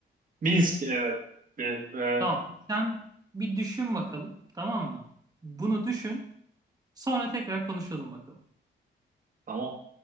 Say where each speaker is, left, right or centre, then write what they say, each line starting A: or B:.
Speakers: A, on the right (about 45°); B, on the right (about 20°).
A: Minsk evet. Be- be-
B: Tamam. Sen bir düşün bakalım. Tamam mı? Bunu düşün. Sonra tekrar konuşalım bakalım.
A: tamam.